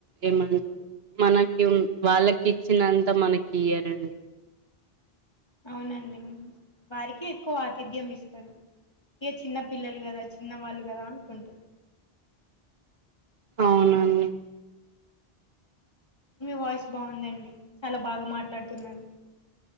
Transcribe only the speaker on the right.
ఏమంటారు మనకి వాళ్ళకి ఇచ్చినంత మనకి ఇయరండి
అవునండి